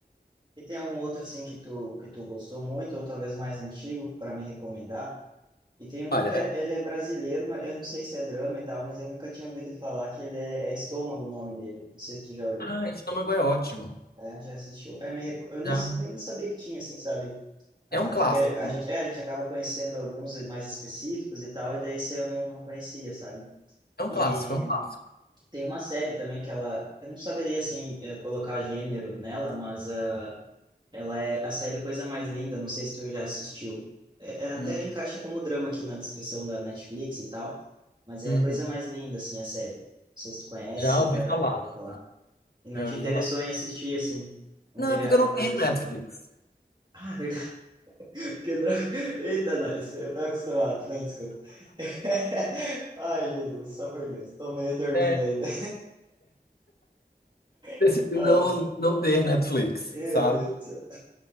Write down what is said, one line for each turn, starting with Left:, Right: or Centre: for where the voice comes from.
Right: E tem algum outro, assim, que tu, que tu gostou muito, ou talvez mais antigo, para me recomendar? E tem um
Left: Olha,
Right: que é,
Left: é-
Right: ele é brasileiro, mas eu não sei se é drama e tal, mas eu nunca tinha ouvido falar que ele é, é Estômago o nome dele. Não sei se tu já olhou.
Left: ah, Estômago é ótimo.
Right: É, já assistiu. É, me, reco- eu nem,
Left: Já.
Right: nem sabia que tinha, assim, sabe? Ah,
Left: É um clássico.
Right: porque a gente, é, a gente acaba conhecendo alguns mais específicos e tal, e daí esse eu não, não conhecia, sabe?
Left: É um
Right: E
Left: clássico, é um clássico.
Right: tem uma série também que ela, eu não saberia assim eh, colocar gênero nela, mas ah, ela é a série Coisa Mais Linda, não sei se tu já assistiu. É, é, até
Left: Hum,
Right: encaixa como drama aqui na descrição da Netflix e tal, mas é
Left: uhum.
Right: a Coisa Mais Linda assim a série. Não sei se tu conhece,
Left: Já ouvi
Right: já
Left: falar.
Right: já viu falar. E não
Left: Já
Right: te
Left: ouvi
Right: interessou
Left: falar.
Right: em assistir assim, não
Left: Não,
Right: teve
Left: é porque
Right: a
Left: eu não
Right: curiosidade.
Left: tenho Netflix.
Right: Ah, é verdade. Quebrou. <laughs> Eita, nós. Eu tava acostumado, né? Desculpa. <laughs> Ai, Jesus, só por Deus. Tô meio dormindo
Left: É,
Right: ainda.
Left: decidi
Right: <laughs> Ai,
Left: não,
Right: ai.
Left: não ter Netflix,
Right: Meu
Left: sabe?
Right: Deus do céu.